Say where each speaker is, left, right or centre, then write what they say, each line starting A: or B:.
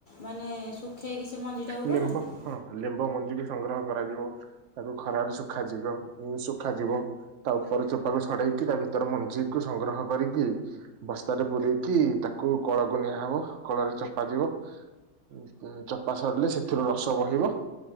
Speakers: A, on the left; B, on the right.
A: ମାନେ ଶୁଖେଇକି ସେ ମଞ୍ଜିଟାକୁ
B: ଲିମ୍ବ
A: କରନ୍ତି?
B: ହଁ ଲିମ୍ବ ମଞ୍ଜି ବି ସଂଗ୍ରହ କରାଯିବ ତାକୁ ଖରାରେ ଶୁଖାଯିବ ପୁ ଶୁଖାଯିବ। ତା ଉପର ଚୋପାକୁ ଛଡେଇକି ତା ଭିତର ମଞ୍ଜିକୁୁ ସଂଗ୍ରହ କରିକି ବସ୍ତାରେ ପୁରେଇକି ତାକୁ କଳକୁ ନିଆହବ କଳରେ ଚପାଯିବ। ଉ-ଉ ଚପା ସାରିଲେ ସେଥିରୁ ରସ ବହିବ।